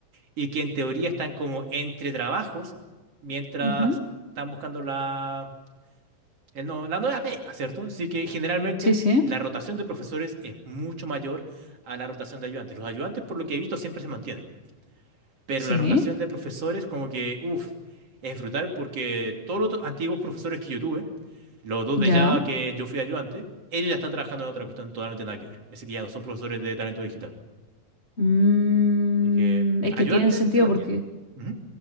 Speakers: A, on the right; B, on the left.
A: y que en teoría están como entre trabajos mientras
B: ujú.
A: están buscando la, el no- la nueva pega, ¿cierto? Así que generalmente
B: Sí, sí,
A: la rotación de profesores es mucho mayor a la rotación de ayudantes. Los ayudantes, por lo que he visto, siempre se mantienen pero
B: sí,
A: la rotación de profesores como que, uff, es brutal porque todos los to- antiguos profesores que yo tuve, los dos de
B: ya.
A: Java que yo fui ayudante, ellos ya están trabajando en otra cuestión totalmente nada que ver. Así que ya no son profesores de talento digital.
B: Mm,
A: Así que
B: es
A: ayudante
B: que tiene sentido
A: se mantiene.
B: porque
A: Ujú,